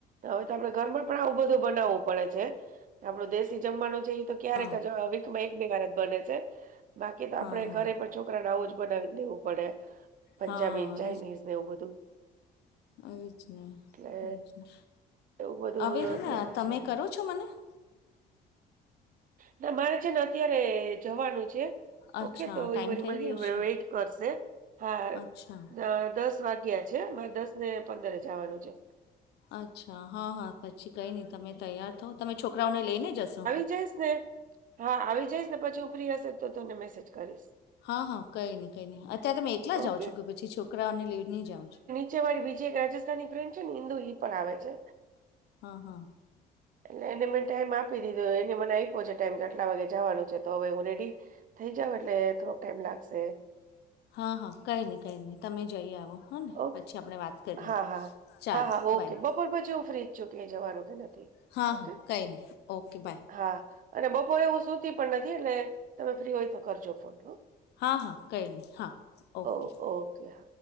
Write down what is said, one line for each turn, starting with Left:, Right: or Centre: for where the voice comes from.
Right: હવે તો આપણે ઘરમાં પણ આવું બધું બનાવવું પડે છે, આપડું દેશી જમવાનું છે, એ ક્યારેક
Left: હા
Right: વીક એક બે વાર જ બને છે. બાકી તો
Left: હા
Right: આપ
Left: હા
Right: ઘરે - પણ આવું જ બનાવી દેવું પડે પંજાબી
Left: હા
Right: ને ચાઇનીઝ ને એવું બધું-
Left: એ જ ને
Right: એટલે
Left: એ જને
Right: એવું બધું
Left: હવે હને
Right: અત્યારે
Left: તમે
Right: છે.
Left: કરો છો મને-
Right: ના મારે છે ને અત્યારે જવાનું છે
Left: અચ્છા
Right: ઓકે તો
Left: ટાઈમ
Right: એ વા
Left: થઈ
Right: મારી
Left: ગયો છે
Right: વેઇટ- કરશે હા
Left: અચ્છા
Right: દસ વાગ્યા છે મામાં દસ ને પંદરે જવાનું છે.
Left: અચ્છા હા હા પછી કઈ નહી તમે તૈયાર થો તમે છોકરાઓને લઈને જશો.
Right: જય છે. હા આવી જઈશ ને પછી હું ફ્રી હશે તો તને મેસેજ કરીશ.
Left: હા હા કઈ નઈ કઈ નહી અત્યારે તમે એકલા જાઓ
Right: ઓકે
Left: છો કે પછી છોકરાઓ અને લેડ નહી જાઓ છો.
Right: અમારી બીજી એક રાજસ્થાની ફ્રેન્ડ છે ને હિન્દુ ઈ પણ આવે છે.
Left: હા હા
Right: એટલે એને મેં ટાઈમ આપી દીધો એને મને આપ્યો છે ટાઈમ કે આટલા વાગે જવાનું છે તો હવે હું રેડી થઈ જાવ એટલે થોડોક ટાઈમ લાગશે.
Left: હા હા કંઈ નહીં કંઈ નહીં તમે જઈ આવો- હ ને
Right: ઓકે.
Left: પછી આપણે વાત કરીએ
Right: હા હા
Left: ચાલ
Right: હા હા ઓકે
Left: બાય-
Right: બપોર પછી હું ફ્રી જ છું ક્યાંય જવાનું કે નથી
Left: હા
Right: ઓકે
Left: હા કઈ નહી ઓકે બાય-
Right: હા અને બપોરે એવું સુતી પણ નથી એટલે તમે ફ્રી હોય તો કરજો ફોન તો-
Left: હા હા કઈ નહીં હા ઓકે-
Right: ઓ- હા